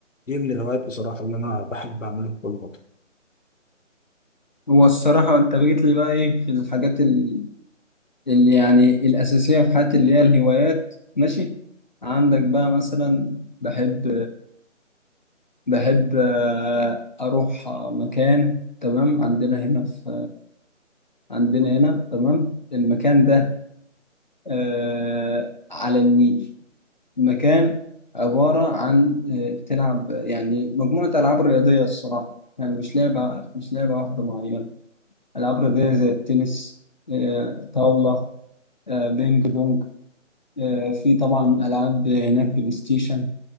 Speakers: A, on the left (about 75°); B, on the left (about 35°).
A: دي من الهوايات بصراحه اللي انا بحب اعملها كل فتره
B: هو الصراحة أنت جيت لي بقى إيه في الحاجات ال- اللي يعني الأساسية في حياتي اللي هي الهوايات ماشي عندك بقى مثلا بحب بحب آه، أروح آه، مكان تمام عندنا هنا في عندنا هنا تمام المكان ده آه، على النيل مكان عبارة عن آه، تلعب يعني مجموعة ألعاب رياضية الصراحة يعني مش لعبة مش لعبة واحدة معينة العاب رياضيه زي التنس آه، طاوله آه، بينج بونج آه، في طبعا العاب هناك بلاي ستيشن